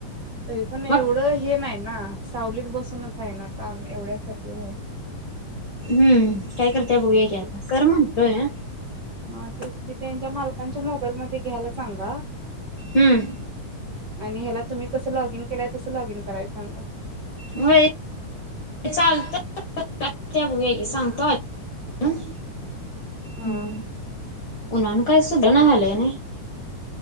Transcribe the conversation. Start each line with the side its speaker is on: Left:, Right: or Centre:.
Right: तरी पण एवढं
Left: मग
Right: हे नाही ना सावलीत बसूनच आहे ना काम एवढ्यासाठी
Left: हूं काय करतय बघूया की आता कर म्हंटलोय
Right: हा ते ते त्यांच्या मालकांच्या मोबाईल मध्ये घ्यायला सांगा
Left: हम्म
Right: आणि ह्याला तुम्ही कसं लॉगइन केलाय तसं लॉग इन करायच सांगा.
Left: होय चालतय बघूया की सांगतोय ऐकून
Right: हा
Left: हम उन्हान काय सुधणा झाले नाही.